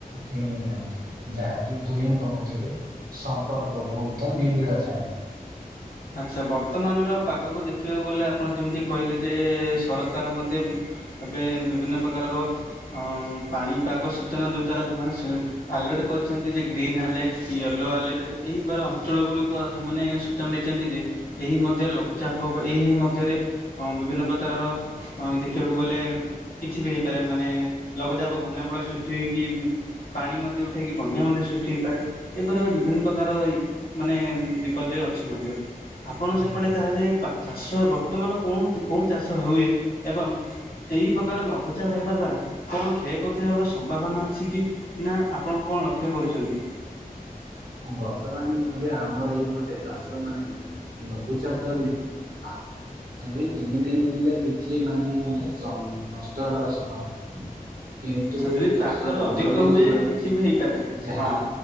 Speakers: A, on the right; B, on the left.
A: କିଣି ନିଅନ୍ତି। ଯାହାକି ଦୁହିଁଙ୍କ ମଧ୍ୟରେ, ସମ୍ପର୍କ ବହୁତ ନିବିଡ ଥାଏ। <inaudible>
B: ଆଚ୍ଛା ବର୍ତ୍ତମାନର ପାଗକୁ ଦେଖିବାକୁ ଗଲେ, ଆପଣ ଯେମିତି କହିଲେ, ଯେ ସରକାର ମଧ୍ୟ ଏବେ ବିଭିନ୍ନ ପ୍ରକାରର, ଅଁ ପାଣିପାଗ ସୂଚନା ଯୋଉ ଦ୍ଵାରା ଯଉମାନେ ସି-ଅଲ୍ ଗୋଟେ କରିଛନ୍ତି ଗ୍ରୀନ୍ ଆଲେର୍ଟ, ୟେଲୋ ଆଲେର୍ଟ, ଏହି ଦ୍ୱାରା ଅଞ୍ଚଳ ଗୁଡିକୁ ମାନେ ସୁଚନା ଦେଇ କେମିତି ଯେ, ଏହି ମଧ୍ୟରେ ଲଘୁଚାପ ହବ, ଏହି ମଧ୍ୟରେ, ଅଁ ବିଭିନ୍ନ ପ୍ରକାରର ଅଁ ଦେଖି ବାକୁ ଗଲେ, କିଛି ବି ହେଇପାରେ। ମାନେ ଲଘୁଚାପ ଘନ୍ୟା ବଳ ସୃଷ୍ଟି ହେଇକି ଉଁ ପାଣି ମଧ୍ୟ ଉଠେଇକି ବନ୍ୟା ମଧ୍ୟ ସୃଷ୍ଟି ହେଇପାରେ। ଏ ପରି ବିଭିନ୍ନ ପ୍ରକାର, ଏଇ ମାନେ ବିପର୍ଯୟ ଅଛି ମଧ୍ୟ। ଆପଣ ସେପଟେ
A: ଆଜ୍ଞା।
B: ତାହେଲେ ପା ଚାଷ ବର୍ତ୍ତମାନ କଉଁ ଚ୍- କୋଉଁ ଚାଷ ହୁଏ? ଏବଂ ଏହି ପ୍ରକାର ଲଘୁଚାପ ହେବା ଦ୍ଵାରା କଣ କ୍ଷୟକ୍ଷତି ହେବାର ସମ୍ଭାବନା ଅଛି କି? ନା ଆପଣ କଣ ଲକ୍ଷ୍ୟ କରୁଛନ୍ତି?
A: <inaudible> ବର୍ତ୍ତମାନ ମଧ୍ୟ ଆମର ଏଇପଟେ ଚାଷ ମାନେ, ଲଘୁଚାପ ହେଲେ <inaudible> ଦୁଇ, ତିନି ଦିନ ହେଲେ କିଛି ମାନେ ସ- ନଷ୍ଟ ହେବାର ସମ୍ଭାବନା ନଥାଏ। କିନ୍ତୁ
B: ଆଚ୍ଛା ଯଦି
A: ଦଶ,
B: ତାଠାରୁ
A: ପନ୍ଦର
B: ଅଧିକ
A: ଦିନି
B: ହୁଏ
A: ଧରି,
B: କିଛି ବି ହେଇପାରେ
A: ଯାହା
B: ହଁ।